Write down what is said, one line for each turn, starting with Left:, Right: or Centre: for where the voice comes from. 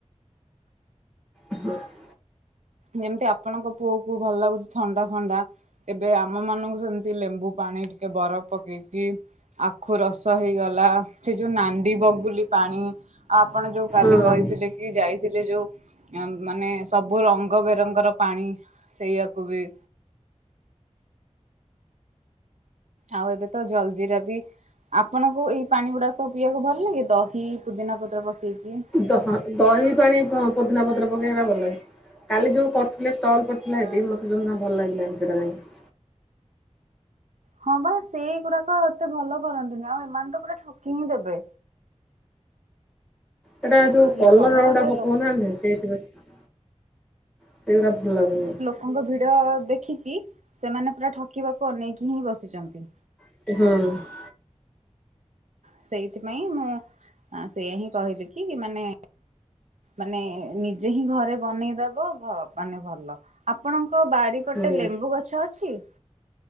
Centre: ହ <inaudible>
Right: ଯେମିତି ଆପଣଙ୍କ ପୁଅକୁ ଭଲ ଲାଗୁଚି ଥଣ୍ଡା ଫଣ୍ଡା। ଏବେ ଆମ ମାନଙ୍କୁ ସେମିତି ଲେମ୍ବୁ ପାଣି ଟିକେ ବରଫ ପକେଇକି ଆଖୁ ରସ ହେଇଗଲା ସେ ଯୋଉ ନାଣ୍ଡି ବଗୁଲି ପାଣି ଆଉ ଆପଣ ଯୋଉ କାଲି
Centre: ହଁ
Right: କହିଥିଲେ କି ଯାଇ ଥିଲେ ଯୋଉ ମାନେ ସବୁ ରଙ୍ଗ ବେରଙ୍ଗର ପାଣି ସେଇଆକୁ ବି ଆଉ ଏବେ ତ ଜଲଜିିରା ବି ଆପଣଙ୍କୁ ଏଇ ପାଣି ଗୁଡାକ ସବୁ ପିଇବାକୁ ଭଲ ଲାଗେ ଦହି ପୋଦିନା ପତ୍ର ପକେଇକି?
Centre: ଦ ଦହି ପାଣି ପୋଦିନା ପତ୍ର ପକେଇକି ହେଟା ଭଲ ଲାଗେ। କାଲି ଯୋଉ କରୁଥିଲେ ଷ୍ଟଲ୍ ପଡିଥିଲା ହେଠି ମତେ ଜମା ଭଲ ଲାଗିଲାନି ସେଟା କାହିଁକି।
Right: ହଁ ବା ସେଇଗୁଡାକ ଏତେ ଭଲ କରନ୍ତିନି ଆଉ ଏମାନେ ତ ପୁରା ଠକି ହିଁ ଦେବେ।
Centre: ସେଟା ଯୋଉ କଲର
Right: ଏଇ ସହରରେ
Centre: ଗୁଡା ପକଉନାହାନ୍ତି
Right: ଲୋ
Centre: ସେଇଥିପାଇଁ। ସେଇଗୁଡ଼ା ଭଲ ଲାଗୁନି।
Right: ତାଙ୍କ ଭିଡ ଦେଖିକି ସେମାନେ ପୁରା ଠକିବାକୁ ଅନେଇକି ହିଁ ବସିଚନ୍ତି।
Centre: ହୁଁ।
Right: ସେଇଥିପାଇଁ ମୁଁ ସେଇଆ ହିଁ କହିଲିକି ମାନେ ମାନେ ନିଜେ ହିଁ ଘରେ ବନେଇଦବ ଭ ମାନେ ଭଲ ଆପଣଙ୍କ ବାଡି
Centre: ହୁଁ
Right: ପଟେ ଲେମ୍ବୁ ଗଛ ଅଛି?